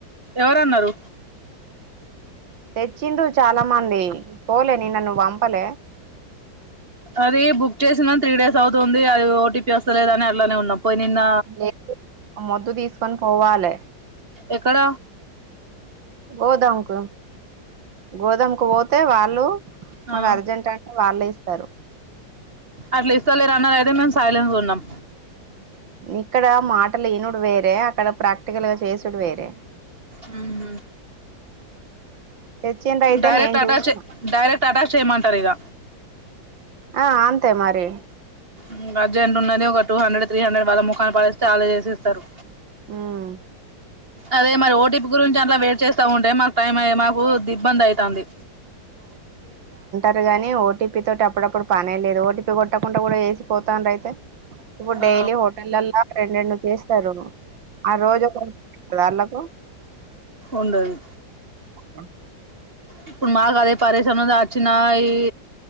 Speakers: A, on the right (about 25°); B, on the right (about 70°).
A: ఎవరు అన్నారు
B: తెచ్చిండు చాలా మంది పోలే నిన్న నువ్ పంపలే
A: అది బుక్ చేసినా త్రీ డేస్ అవుతుంది అది ఓటీపీ వస్తలేదు అని అల్లానే ఉన్నాం పోయి నిన్న
B: లేపు ఆ మొద్దు తీసుకొని పోవాలి
A: ఎక్కడ
B: గోదాం కు గోధం కు పోతే వాళ్ళు
A: ఆ
B: మాకు అర్జెంట్ అంటే వాళ్ళే ఇస్తారు
A: అట్లా ఇస్తారు లేరు అన్నారు అయితే మేము సైలెంట్ ఉన్నాం
B: ఇక్కడ మాటలు ఈనుడు వేరే అక్కడ ప్రాక్టికల్ గా చేసుడు వేరే
A: హుమ్మ్
B: తెచ్చిండ్రు అయితే
A: డైరెక్ట్
B: నేను
A: అటాచ్
B: చూసిన
A: డైరెక్ట్ అటాచ్ చేయమంటారు ఇగ
B: ఆ అంతే మరి
A: హుమ్మ్ అర్జెంట్ ఉన్నది ఒక టూ హండ్రెడ్ త్రీ హండ్రెడ్ వాళ్ళ మొఖాన పడేస్తే అల్లే చేసేస్తారు
B: ఉమ్
A: అదే మరి ఓటిపి గురించి అట్లా వెయిట్ చేస్తా ఉంటే మాకు టైం అయే మాకు దిబ్బంది అయితంది
B: టా గాని ఓటీపీ తోటి అప్పుడప్పుడు పనే లేదు ఓటీపీ కొట్టకుండా కూడా వేసిపోతాండ్రు అయితే ఇప్పుడు
A: ఆ
B: డైలీ హోటల్లా రెండు ఎందుకు ఏస్తారు ఆ రోజు ఒకరాళ్లకు
A: ఉండదు
B: అ
A: ఇప్పుడు మాకు అదే పారేశన్నదా ఆచ్చిన ఈ